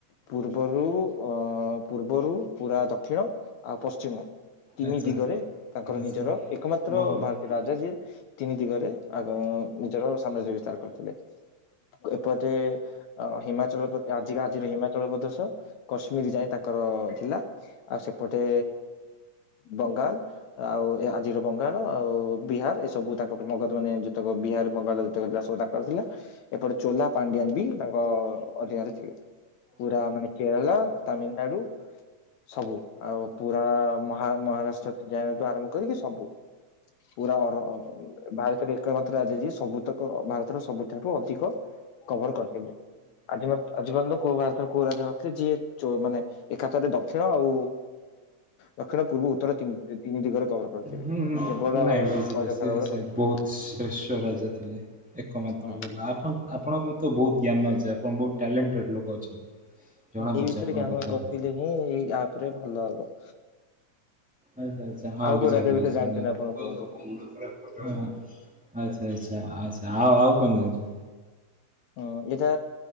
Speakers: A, on the left (about 75°); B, in the centre.
A: ପୂର୍ବରୁ ପୂର୍ବରୁ ପୁରା ଦକ୍ଷିଣ ଆଉ ପଶ୍ଚିମ ତିନି
B: ଆଚ୍ଛା
A: ଦିଗରେ ତାଙ୍କର
B: ଆଚ୍ଛା
A: ନିଜର ଏକମାତ୍ର
B: ଓହୋ।
A: ଭାରତୀୟ ରାଜା ଯିଏ ତିନି ଦିଗରେ ଆଗ ନିଜର ସାମ୍ରାଜ୍ୟ ବିସ୍ତାର କରିଥିଲେ। ଏପଟେ ହିମାଚଳ ପ-। ଆଜି ଆଜିର ହିମାଚଳ ପ୍ରଦେଶ କଶ୍ମୀର ଯାଇଏ ତାଙ୍କର ଥିଲା ଆଉ ସେ। ଏପଟେ ବଙ୍ଗାଲ୍। ଆଉ ଏ ଆଜିର ବଙ୍ଗାଳ ଆଉ ବିହାର ଏ ସବୁ ତାଙ୍କ ମଗଦ ମାନେ ଯେତେକ ବିହାର ବଙ୍ଗାଳ। ଯେତକ ଯାଗ ସବୁ ତାଙ୍କର ଥିଲା ଏପଟ ଚୋଲା। ପାଣ୍ଡିଆନ୍ ବି ତାଙ୍କ ଅଧୀନରେ ଥିଲେ ପୁରା ମାନେ କେରଳା ତାମିଲନାଡୁ। ସବୁ। ଆଉ ପୁରା ମହା ମହାରାଷ୍ଟ୍ର ଯାଇଠୁ ଆରମ୍ଭ କରିକି ସବୁ। ପୁରା ଭାରତରେ ଏକମଥ ରାଜାଜୀ ସବୁତକ ଭାରତର ସବୁଠାରୁ ଅଧିକ। କଭର କରିଥିଲେ ଆଜି ଆଜି ପର୍ଯ୍ୟନ୍ତ କୋଉ ଭରେ କୋଉ ରାଜା ନଥିଲେ ଯିଏ। ଚ ମାନେ ଏକା ଥରେ ଦକ୍ଷିଣ ଆଉ। ଦକ୍ଷିଣ ପୂର୍ବ ଉତ୍ତର ତିନି ଦି ଦିଗରେ କଭର କରିଥିଲେ
B: ହୁଁ
A: କେବଳ
B: ନାଇଁ ବୁଝିଲେ
A: କ
B: ସେ
A: ଖାର ବଳେ
B: ସେ
A: କରିଥିଲେ।
B: ବହୁତ ଶ୍ରେଷ୍ଠ ରାଜା ଥିଲେ ଏକମାତ୍ର
A: ହଁ
B: ଭଲ ଆପଣ। ଆପଣଙ୍କ ବି ତ ବହୁତ ଜ୍ଞାନ ଅଛି ଆପଣ ବହୁତ ଟ୍ୟାଲେଣ୍ଟେଡ ଲୋକ ଅଛନ୍ତି। ଜଣା
A: ଏଇ
B: ପଡୁଛି
A: ବିଷୟରେ
B: ଆପଣଙ୍କ
A: କି ଆମେ
B: କଥାବାର୍ତ୍ତାରୁ
A: ଗପିଲେ ହିଁ ଏଇ ଆପ ରେ ଭଲ ହବ।
B: ଆଚ୍ଛା ଆଚ୍ଛା ହଁ
A: ଆଉ କୋଉ
B: ବୁଝା
A: ରାଜା
B: ପଡୁଛି
A: ବିଷୟରେ ଜାଣିଛନ୍ତି
B: ନାଇଁ।
A: ଆପଣ
B: ହ
A: କୁହନ୍ତୁ?
B: ଆଚ୍ଛା ଆଚ୍ଛା ଆଛା ଆଉ ଆଉ କଣ ଜାଣିଛନ୍ତି।
A: ହୁଁ ଏଇଟା